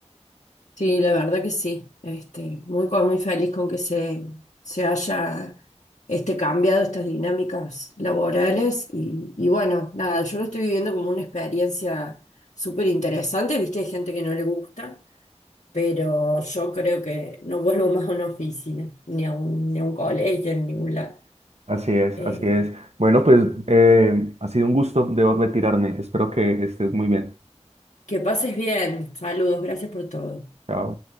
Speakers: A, on the left; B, on the right.
A: Sí, la verdad que sí. Este, muy, co- muy feliz con que se, se haya este, cambiado estas dinámicas laborales. Y, y bueno, nada, yo lo estoy viviendo como una experiencia súper interesante. Viste, hay gente que no le gusta, pero yo creo que no vuelvo más a una oficina, ni a un, ni a un colegio, en ningún lado.
B: Así es,
A: Eh,
B: así es. Bueno, pues eh, ha sido un gusto, debo retirarme. Espero que estés muy bien.
A: que pases bien. Saludos, gracias por todo.
B: Chao.